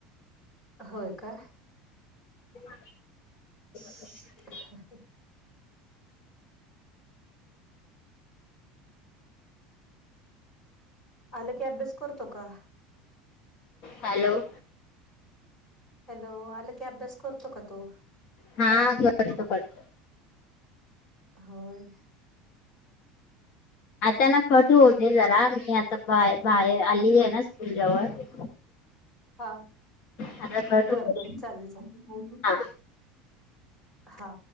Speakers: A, on the left (about 15°); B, on the left (about 40°).
A: होय का?
B: <unintelligible>
A: <unintelligible> आलं की अभ्यास करतो का?
B: हॅलो.
A: हॅलो आलं की अभ्यास करतो का तू?
B: हा करतो करतो.
A: होय.
B: आता ना खट होते जरा मी आता बाय बाहेर आली आहे ना स्कूल जवळ
A: <unintelligible> हा
B: आता कट
A: बरं
B: होऊ
A: बर
B: दे
A: चालेल चालेल.
B: हा
A: हा.